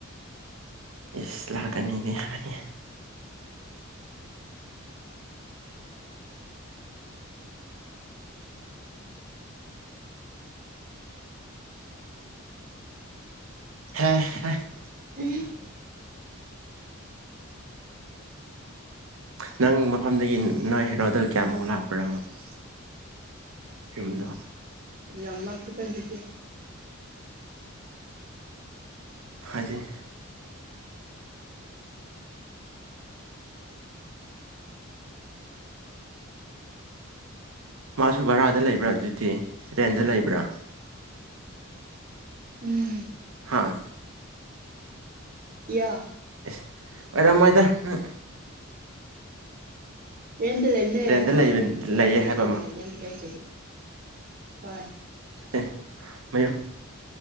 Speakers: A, on the right; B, on the right.
A: ꯏꯁ ꯂꯥꯛꯀꯅꯤꯗꯤ ꯍꯥꯏꯅꯦ <inaudible>
B: ꯎꯝ
A: ꯅꯪ ꯃꯐꯝꯗꯒꯤ ꯅꯣꯏ ꯍꯦꯔꯣꯗꯣ ꯀꯌꯥꯃꯨꯛ ꯂꯥꯛꯄ꯭ꯔꯥ ꯃꯐꯝ ꯌꯨꯝꯗꯣ
B: ꯌꯥꯝ ꯂꯞꯇꯦꯗ ꯑꯗꯨꯗꯤ
A: ꯍꯥꯏꯗꯤ ꯃꯥꯁꯨ ꯚꯔꯥꯗ ꯂꯩꯕ꯭ꯔꯥ ꯑꯗꯨꯗꯤ ꯔꯦꯟꯗ ꯂꯩꯕ꯭ꯔꯥ
B: ꯎꯝ
A: ꯍꯥꯥ
B: ꯌꯥ
A: ꯏꯁ ꯑꯣꯏꯔꯝꯃꯣꯏꯗ ꯅꯪ
B: ꯌꯦꯟꯗ ꯂꯩꯕꯅꯦ
A: ꯔꯦꯟꯗ
B: ꯃꯥ
A: ꯂꯩꯕ
B: ꯀꯗꯥꯏꯗ
A: ꯂꯩꯌꯦ
B: ꯂꯩꯒꯦꯔꯅꯦ
A: ꯍꯥꯏꯕ ꯑꯃ
B: ꯔꯦꯟꯗ ꯂꯩꯇ꯭ꯔꯗꯤ ꯍꯣꯏ
A: ꯑꯦ ꯃꯌꯨ